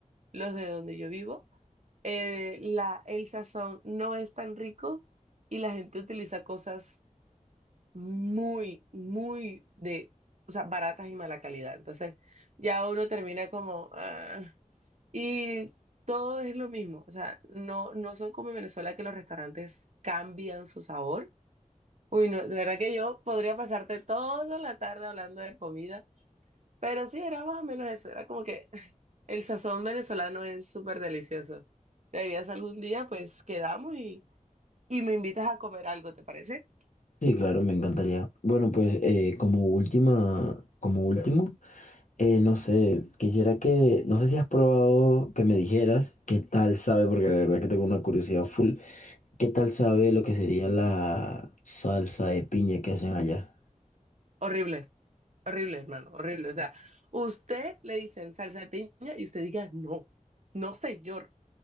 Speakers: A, on the right; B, on the left.
A: los de donde yo vivo, eh, la, el sazón no es tan rico y la gente utiliza cosas muy, muy de, o sea, baratas y mala calidad. Entonces ya uno termina como... ah. Y todo es lo mismo, o sea, no, no son como en Venezuela que los restaurantes cambian su sabor. Uy, no, de verdad que yo podría pasarte toda la tarde hablando de comida, pero sí, era más o menos eso, era como que <laughs> el sazón venezolano es súper delicioso. Deberías algún día, pues quedamos y, y me invitas a comer algo, ¿te parece?
B: Sí, claro, me encantaría. Bueno, pues eh, como última, como último, eh, no sé, quisiera que, no sé si has probado que me dijeras qué tal sabe, porque de verdad que tengo una curiosidad full, qué tal sabe lo que sería la salsa de piña que hacen allá.
A: Horrible, horrible, hermano, horrible. O sea, usted le dicen salsa de piña y usted diga, no, no, señor.